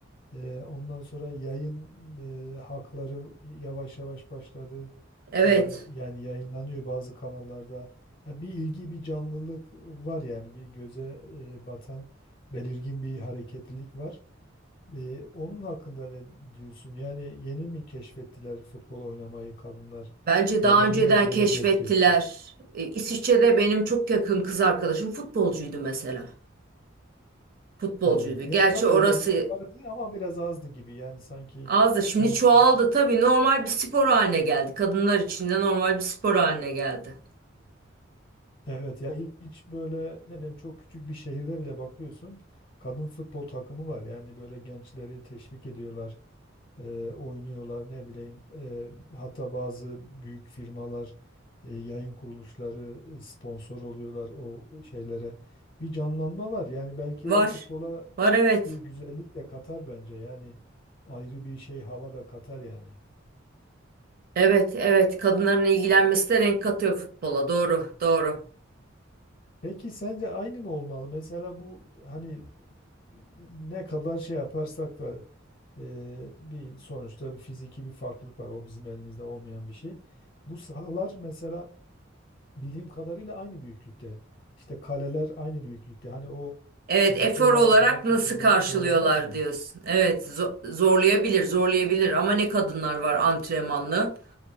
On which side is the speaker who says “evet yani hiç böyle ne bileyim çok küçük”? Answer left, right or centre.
Left